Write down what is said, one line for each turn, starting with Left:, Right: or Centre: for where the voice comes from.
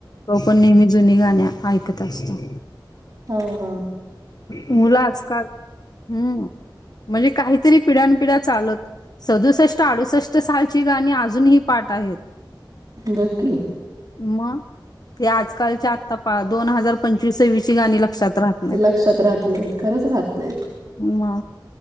Left: तो पण नेहमी जुनी गाणी ऐकत असतो.
Right: हा हा.
Left: मुलं आजकाल हम्म म्हणजे काहीतरी पिढ्यानपिढ्या चालत सदुसष्ट अडुसष्ट सालची गाणी अजूनही पाठ आहेत.
Right: बघ की
Left: मग. ते आजकालच्या आत्ता पा दोन हजार पंचवीस सव्वीसची गाणी लक्षात राहत नाहीत.
Right: ते लक्षात राहत नाहीत खरंच राहत नाहीत.
Left: म